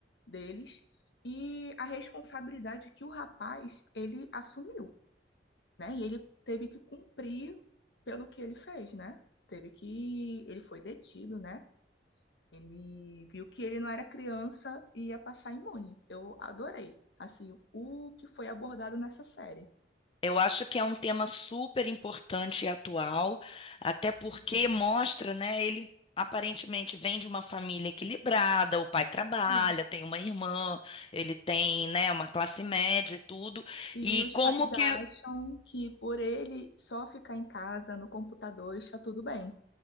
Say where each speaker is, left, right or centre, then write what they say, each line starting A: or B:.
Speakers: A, on the left; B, on the left.
A: deles e a responsabilidade que o rapaz, ele assumiu, né, e ele teve que cumprir pelo que ele fez, né, teve que, ele foi detido, né, ele viu que ele não era criança e ia passar imune. Eu adorei, assim, o que foi abordado nessa série.
B: Eu acho que é um tema super importante e atual, até
A: Sim.
B: porque mostra, né? Ele aparentemente vem de uma família equilibrada, o pai trabalha,
A: Hum.
B: tem uma irmã, ele tem, né, uma classe média e tudo,
A: E
B: e
A: os
B: como
A: pais
B: que
A: acham que por ele só ficar em casa no computador está tudo bem,